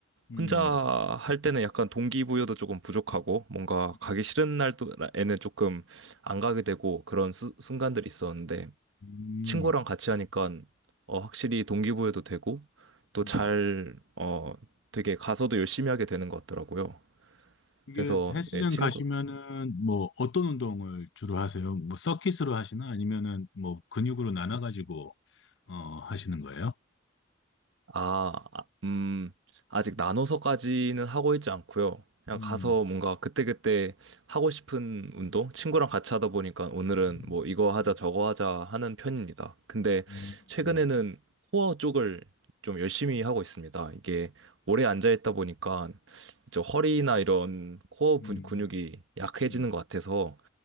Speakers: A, on the left; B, on the right.
A: 음.
B: 혼자 할 때는 약간 동기부여도 조금 부족하고 뭔가
A: 음.
B: 가기 싫은 날에는 조금 안 가게 되고 그런 수- 순간들이 있었는데
A: 음.
B: 친구랑 같이 하니까 어, 확실히 동기부여도 되고 또
A: 음.
B: 잘, 어, 되게 가서도 열심히 하게 되는 것 같더라고요.
A: 이게
B: 그래서
A: 헬스장
B: 예, 친구,
A: 가시면은 뭐 어떤 운동을 주로 하세요? 뭐 서킷으로 하시나 아니면은 뭐 근육으로 나눠 가지고 어, 하시는 거예요?
B: 아, 아, 음, 아직 나눠서까지는 하고 있지 않고요. 그냥
A: 음.
B: 가서 뭔가 그때그때 하고 싶은 운동? 친구랑 같이 하다 보니까 오늘은
A: 음.
B: 뭐 이거
A: 음.
B: 하자 저거 하자 하는 편입니다. 근데
A: 음.
B: 최근에는
A: 음.
B: 코어 쪽을 좀 열심히 하고 있습니다. 이게 오래 앉아있다 보니까 이제 허리나 이런 코어
A: 음.
B: 분- 근육이 약해지는
A: 음,
B: 것 같아서